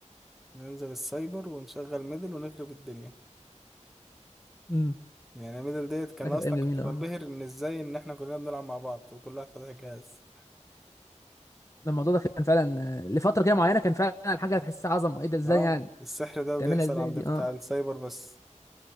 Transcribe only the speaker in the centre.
ننزل السايبر ونشغل ميدل ونخرب الدنيا
يعني ميدل ديت كان
اصلا
كنت بنبهر ان ازاي ان احنا كلنا بنلعب مع بعض وكل واحد فاتح جهاز
اه
السحر ده
بيحصل
عند
بتاع
السايبر بس